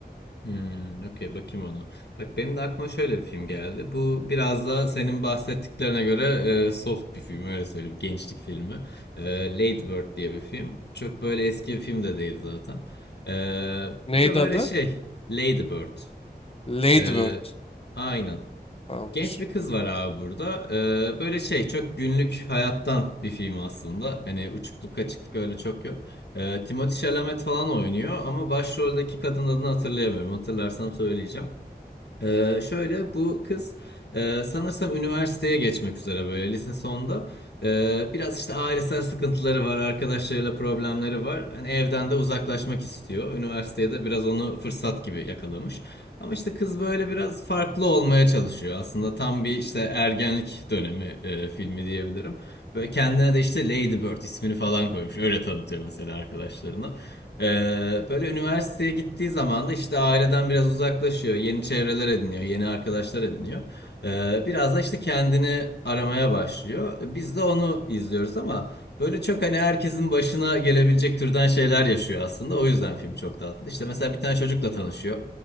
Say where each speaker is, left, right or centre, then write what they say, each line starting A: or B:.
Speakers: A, on the left; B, on the left.
A: Hmm, okey bakayım onu. Bak benim de aklıma şöyle bir film geldi. Bu biraz da senin bahsettiklerine göre e, soft bir film öyle söyleyeyim. Gençlik filmi. E, Lady Bird diye bir film. Çok böyle eski bir film de değil zaten. E,
B: Neydi
A: bu da böyle
B: adı?
A: şey Lady Bird.
B: Lady
A: E,
B: Bird
A: aynen.
B: falandır.
A: Genç bir kız var abi burada. Ee, böyle şey çok günlük hayattan bir film aslında. Hani uçukluk kaçıklık öyle çok yok. Ee, Timothée Chalamet falan oynuyor ama başroldeki kadın adını hatırlayamıyorum. Hatırlarsam söyleyeceğim. Ee, şöyle bu kız e, sanırsam üniversiteye geçmek üzere böyle lise sonda. Ee, biraz işte ailesel sıkıntıları var, arkadaşlarıyla problemleri var. Hani evden de uzaklaşmak istiyor. Üniversiteye de biraz onu fırsat gibi yakalamış. Ama işte kız böyle biraz farklı olmaya çalışıyor. Aslında tam bir işte ergenlik dönemi e, filmi diyebilirim. Böyle kendine de işte Lady Bird ismini falan koymuş. Öyle tanıtıyor mesela arkadaşlarına. Ee, böyle üniversiteye gittiği zaman da işte aileden biraz uzaklaşıyor. Yeni çevreler ediniyor, yeni arkadaşlar ediniyor. Ee, biraz da işte kendini aramaya başlıyor. Biz de onu izliyoruz ama böyle çok hani herkesin başına gelebilecek türden şeyler yaşıyor aslında. O yüzden film çok tatlı. İşte mesela bir tane çocukla tanışıyor.